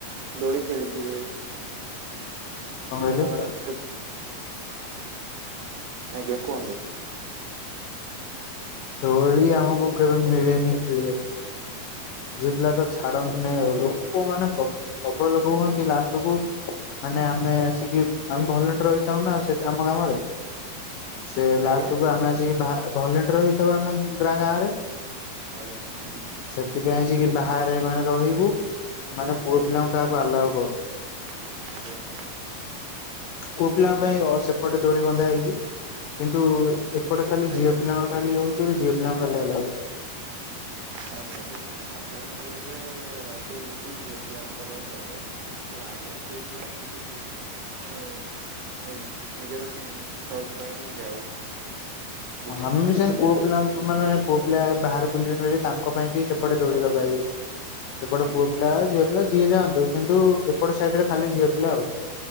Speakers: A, on the right; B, on the left.
A: ଦୋଳି ଖେଳିଥିବେ? ସାଙ୍ଗମାନ
B: କଣ କହିଲେ
A: ଆଜ୍ଞା, କୁହନ୍ତୁ?
B: ଦୋଳି ଆମକୁ କେବେ ମିଳେନି ଖେଳିବାକୁ। ଝିଅ ପିଲା ତ ଛାଡନ୍ତି। ନାଇଁ ଆଉ ଲୋକମାନେ ପ୍ରବଳ ଲୋକ ହୁଅନ୍ତି। ଲାଷ୍ଟକୁ ମାନେ ଆମେ ଆସିକି, ଆମେ ଭଲ୍ୟୁଣ୍ଟର ହେଇଥାଉ ନା ସେଠି ଆମ ଗ୍ରାମରେ। ସେ
A: ଆଜ୍ଞା
B: ଲାଷ୍ଟକୁ ଆମେ ଆସିକି ଭା-ଭଲ୍ୟୁଣ୍ଟର ହେଇଥାଉ ଆମେ ଗାଁ ଗାଁ ରେ
A: ଆଜ୍ଞା।
B: ସେଥିପାଇଁ ଆସିକି ବାହାରେ ମାନେ ରହିବୁ। ମାନେ
A: ଆଜ୍ଞା
B: ପୁଅ ପିଲାଙ୍କୁ କାହାକୁ ଆଲାଉ କରୁନୁ।
A: ଆଜ୍ଞା।
B: ପୁଅ ପିଲାଙ୍କ ପାଇଁ ର ସେପଟେ ଦୋଳି ବନ୍ଧା ହେଇଚି। କିନ୍ ତୁ ଏପଟେ ଖାଲି ଝିଅ
A: ଆଜ୍ଞା
B: ପିଲାଙ୍କ ର ଖାଲି ହଉଚି ବୋଲି ଝିଅ ପିଲାଙ୍କୁ ଖାଲି ଆଲାଉ
A: ଆଜ୍ଞା। ସେ ସାଧାରଣ ଲୋକ ଏବେ ରଜ ହଉ ଏଠି ଝିଅ ପିଲାଙ୍କର ପର୍ବ। ଆଉ ଆମେ ପୁଅ ପିଲା ଟିକେ ଖୁସି ହୁଁ ନି-ନିଜର ସଉକ ପାଇଁ ଯାଉ। ବିଭିନ୍ନ
B: ହଁ ଆମେ
A: ସ୍ଥାନ
B: ବି ସେମତି
A: ବୁଲିବା
B: ପୁଅ ପିଲା ମାନେ ପୁଅ ପିଲା
A: ପାଇଁ
B: ବାହାର ବୁଲିବେନି ବୋଲି ତାଙ୍କ ପାଇଁ ବି ସେପଟେ ଦୋଳି ଲଗା ହେଇଚି। ସେପଟେ
A: ଆଜ୍ଞା
B: ପୁଅ ପିଲା ଝିଅ ପିଲା ଯିଏ ଯାଆନ୍ତୁ। କିନ୍ତୁ ଏପଟ ସାଇଡ ରେ ଖାଲି ଝିଅ ପିଲା ଆଉ।